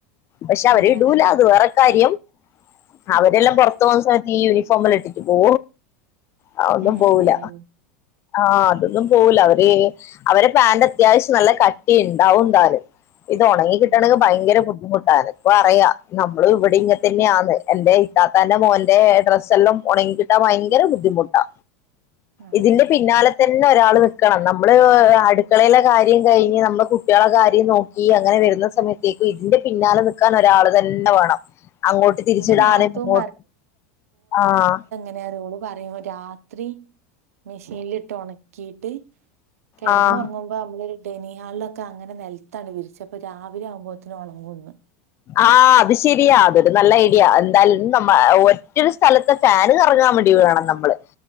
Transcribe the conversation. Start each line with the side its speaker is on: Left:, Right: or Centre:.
Left: പക്ഷെ
Right: ഉം
Left: അവരിടൂല
Right: അതന്നെ
Left: അത് വേറെ കാര്യം
Right: ഉം
Left: അവരെല്ലാം പുറത്തു പോകുന്ന സമയത്ത് ഈ യൂണിഫോമ എല്ലാം ഇട്ടിട്ട് പോു ആ ഒന്നും
Right: ഉം
Left: പോവല
Right: അത് ശരിയന്നെ
Left: ആഹ അതൊന്നും പോവല അവര് അവരെ പാാന്റ് അത്യാവശ്യം നല്ല കട്ടി ഉണ്ടാവും എന്തല് ഇത് ഉണങ്ങിട്ടണെങ്ക
Right: ഉം
Left: ഭയങ്കര ബുദ്ധിു് തനക്ക് പറയാ നമ്മള് ഇവിടെ ഇങ്ങെ തന്നെയ ആന്ന് എന്റെ ഇത്താത്തന്റെ മോൻന്റെ അഡ്രസ്സ് എല്ലാം ഉണങ്ങി കിട്ടാൻ ഭയങ്കര ബുദ്ധിമുട്ടാ
Right: ആഹ്
Left: ഇതിന്റെ പിന്നാലെ തന്നെ നണം നമ്മള്ടുള ക ക നമ്മ കുട്ടിക ക നോ വരുന്ന സമയത്തേക്കും ഇതിന്റെ പിന്നാലെ നിക്കാൻ ഒരാള് തന്നെ വേണം അങ്ങോട്ട് തിരിച്ചിടാനും
Right: ഇന്റെ നാത്തൂൻ
Left: ഇങ്ങോട്ട് ആഹ
Right: അേരോള പറയുമോ രാത്രി മെഷീനിലിട്ട് ഉണക്കിട്ട് കിടന്ന്ുറങ്ങുമ്പോ
Left: ആഹ്
Right: നമ്മളൊ ഒരു ഡെനി ഹാളൊക്കെ അങ്ങനെ നിലത്താണ് വിരിച്ച് അപ്പൊാവെ <unintelligible> ആവും മ്പോത്തിന് ഉണങ്ങുംന്ന്
Left: ആ അത് ശരിയാ അതൊരു നല്ല ഐഡിയാ എന്തായാലും നമ്മ ഒറ്റൊരു സ്ഥലത്തെ ഫാന് കറങ്ങാൻ വേണ്ടി <unintelligible> നമ്മള്